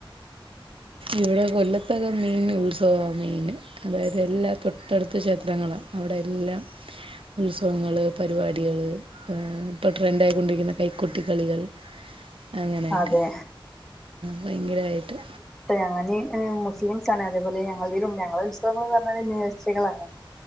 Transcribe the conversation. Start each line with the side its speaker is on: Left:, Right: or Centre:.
Right: ഇവിടെ കൊല്ലത്തക്ക മെയിൻ ഉത്സവമാണ് മെയിന് അതെ അതെ എല്ലാ തൊട്ടടുത്ത ക്ഷേത്രങ്ങളാണ് അവിടെ എല്ലാം ഉത്സവങ്ങള് പരിപാടികള് പി ഇപ്പോൾ ട്രെൻഡആയിക്കൊണ്ടിരിക്കുന്ന കൈകൊട്ടി കളികൾ അങ്ങനെയൊക്കെ
Centre: അതെ
Right: ഭയങ്കരമായിട്ട്
Centre: അഞങ്ങനെ മുസ്ലിംസ് ആണ് അതേപോലെ ഞങ്ങളതിലുണ്ട് ഞങ്ങളുടെ ഉത്സവങ്ങന്ന് പറഞ്ഞ നേർ ച്ചകളാണ്